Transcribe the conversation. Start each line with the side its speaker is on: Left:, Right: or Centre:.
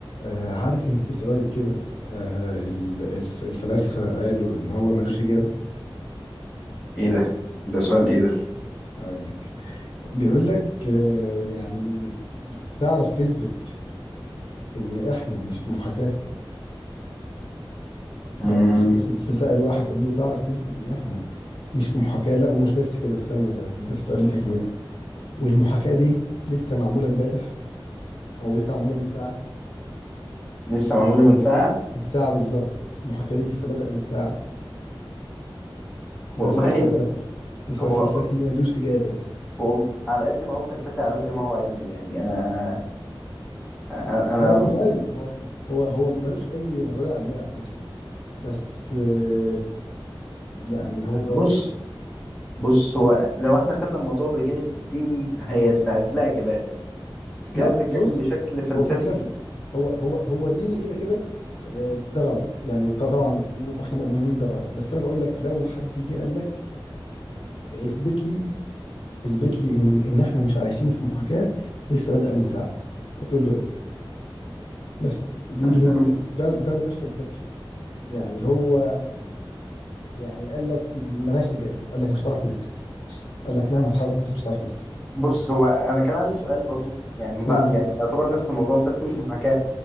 Left: آه، عارف ان في سؤال كده آه، ال- الف- الفلاسفه قالوا ان هو ملوش اجابه
Centre: ايه ده ده سؤال
Left: هقول
Centre: ايه ده
Left: هقول لك بيقول لك آه، يعني تعرف تثبت ان احنا مش في محاكاه
Centre: مم.
Left: يعني س- س- سأل واحد قال له تعرف تثبت ان احنا مش في محاكاه لا ومش بس كده استنى ده, ده السؤال اللي تكمله والمحاكاه دي لسه معموله امبارح او لسه معموله من ساعه
Centre: لسه معمولة من ساعة
Left: من ساعه بالظبط المحاكاه دي لسه بادئه من ساعه ده
Centre: والله
Left: سؤال فلسفي ده سؤال
Centre: هو
Left: فلسفي ملوش اجابه
Centre: هو على قد ما هو فلسفي على قد ما هو علمي يعني انا انا أنا-
Left: لا هو مش علمي هو هو هو ملوش اي نظريه علميه على فكره بس آه، يعني هو
Centre: بص بص هو لو احنا خدنا الموضوع بجانب ديني هي- هتلاقي اجابات يعني انت
Left: لا
Centre: كده بتتكلم
Left: بص
Centre: بشكل فلسفي
Left: هو فلسفي هو هو هو ديني كده كده آه، ده غلط يعني ط- طبعا واحنا مؤمنين ده غلط بس انا بقول لك لو حد جه قال لك اثبت لي اثبت لي ان ان احنا مش عايشين في محاكاه لسه بادئه من ساعه هتقول له ايه بس دي
Centre: <laughs>
Left: دي- ده ده نقاش فلسفي يعني هو يعني قال لك ملهاش اجابه قال لك مش هتعرف تثبت قال لك مهما تحاول تثبت مش هتعرف تثبت
Centre: بص هو انا كان عندي سؤال برضو يعني متع...
Left: مم.
Centre: يعني يعتبر نفس الموضوع بس مش محاكاة